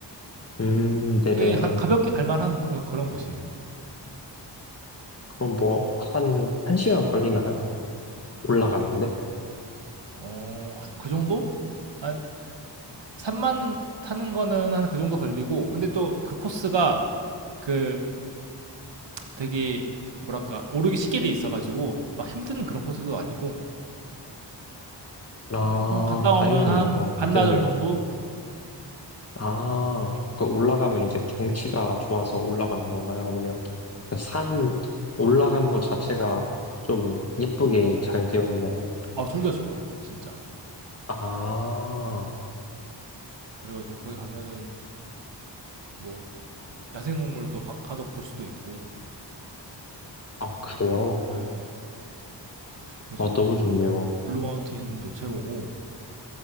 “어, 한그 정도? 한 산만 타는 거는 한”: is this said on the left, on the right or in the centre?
Right